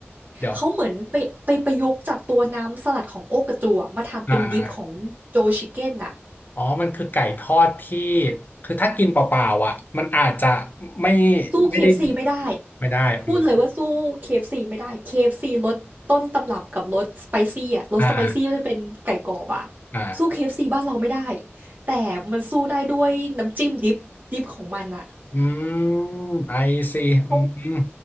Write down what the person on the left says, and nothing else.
เดี๋ยว
อ่าอ๋อมันคือไก่ทอดที่คือถ้ากินเปล่าๆอ่ะมันอาจจะไม่
ไม่ได้
ไม่ได้อืม
อ่าอ่า
อืม ไอซีอืม